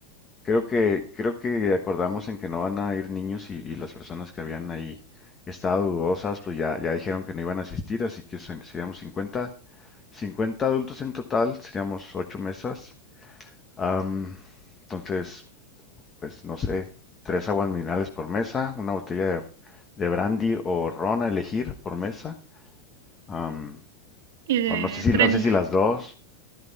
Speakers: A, on the left; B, on the right.
A: creo que, creo que acordamos en que no van a ir niños y, y las personas que habían ahí estado dudosas, pues ya, ya dijeron que no iban a asistir, así que se- seríamos 50, 50 adultos en total, seríamos ocho mesas. Am, entonces, pues no sé, tres aguas minerales por mesa, una botella de, de brandy o ron a elegir por mesa. am,
B: Y de
A: o no sé si,
B: tres...
A: no sé
B: la-
A: si las dos,